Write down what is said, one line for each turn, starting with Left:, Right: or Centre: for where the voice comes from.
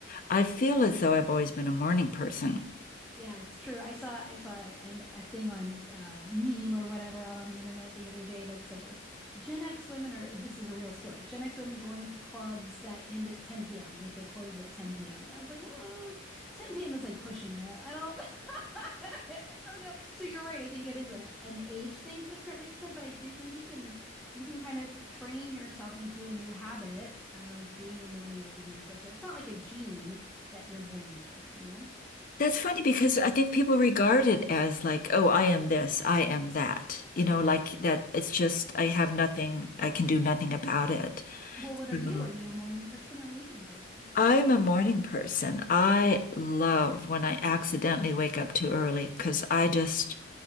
Left: I feel as though I've always been a morning person.
Centre: Yeah, it's true. I saw I saw an, a thing on uh, meme or whatever out on the internet the other day that said like Gen X women are this is a real story. Gen X women going to clubs that end at 10 p.m. like they close at 10 p.m. and I was like, mm, 10 p.m. is like pushing it. I don't <laughs> I don't know. So you're right. I think it is a an age thing to a certain extent, but I do think you can you can kind of train yourself into a new habit of being a morning or evening person. It's not like a gene that you're born with, you know?
Left: That's funny because I think people regard it as like, oh, I am this, I am that. You know, like that it's just I have nothing, I can do nothing about it.
Centre: Well, what are
Left: Mhm.
Centre: you? Are you a morning person or an evening person?
Left: I'm a morning person. I love when I accidentally wake up too early because I just